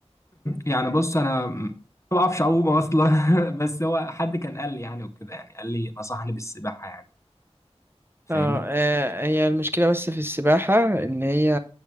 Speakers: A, on the left (about 25°); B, on the right (about 20°).
A: يعني بص أنا م- ما بعرفش أعوم أصلا <laughs> بس هو حد كان قال لي يعني وكده يعني قال لي نصحني بالسباحة يعني فاهمني
B: اه آه، هي المشكلة بس في السباحة ان هي